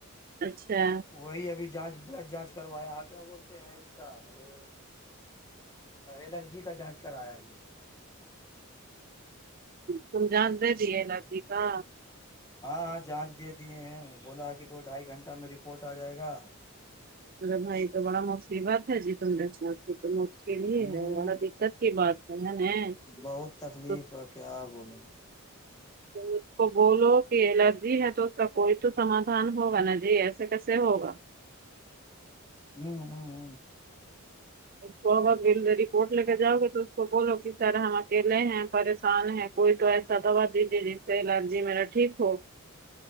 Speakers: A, on the right (about 40°); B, on the left (about 15°).
A: اچھا
B: وہی ابھی جانچ بلڈ جانچ کروایا ہے کیا بولتے ہیں اس کا ارے الرجی کا جانچ کرایا ہے
A: تم جان دے دیے آتیھی کا
B: ہاں ہاں جانچ دے دیے ہیں بولا کہ دو ڈھائی گھنٹہ میں رپورٹ آ جائے گا
A: تیرے بائی تو بڑا مصیبت ہے جی تم د س تو ہی
B: ہمم
A: ہے بڑا دقت کی بات ہے ہے نا
B: بہت تکلیف
A: تو
B: ہے کیا بولے نا
A: اس کو بولو کہ جی ہے تو اس کا کوئی تو سمادھان ہوگا نا جی ایسے کیسے ہوگا
B: ہمم‌ہمم‌ہمم
A: کوبا بل دری کوٹ لے کے جاؤ گے تو اس کو بولو کہ سر ہم اکیلے ہیں پریشان ہیں کوئی تو ایسا دوا دیجے جی ایلرجی میرا ٹھیک ہو